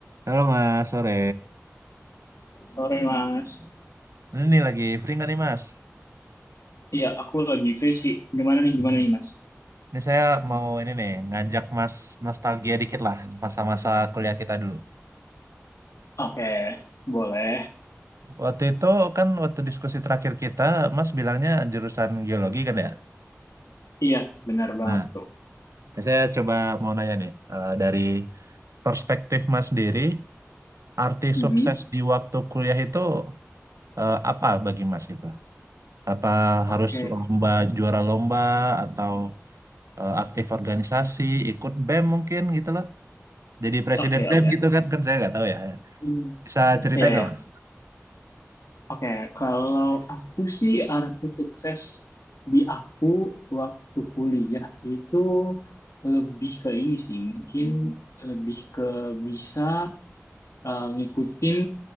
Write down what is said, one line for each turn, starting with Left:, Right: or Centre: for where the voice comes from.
Right: Halo Mas, sore.
Left: Sore, Mas.
Right: Ini nih lagi free nggak nih Mas?
Left: Iya, aku lagi free sih. Gimana nih,
Right: Hmm.
Left: gimana nih, Mas?
Right: Ini saya mau ini nih ngajak Mas nostalgia dikit lah masa-masa kuliah kita dulu.
Left: Oke, boleh.
Right: Waktu itu kan waktu diskusi terakhir kita, Mas bilangnya jurusan geologi kan ya?
Left: Iya, benar banget
Right: Nah,
Left: tuh.
Right: saya coba mau nanya nih eh, dari perspektif Mas sendiri, arti
Left: Mm-mm.
Right: sukses di waktu kuliah itu eh, apa bagi Mas gitu? Apa
Left: Oke,
Right: harus lomba juara lomba atau eh, aktif organisasi, ikut BEM mungkin gitu loh? Jadi presiden
Left: oke, oke.
Right: BEM gitu kan, kan saya nggak tahu ya.
Left: Hmm,
Right: Bisa ceritain
Left: Iya,
Right: nggak
Left: ya.
Right: Mas?
Left: Oke, kalau aku sih arti sukses di aku waktu kuliah itu lebih ke ini sih, mungkin lebih ke bisa eh, ngikutin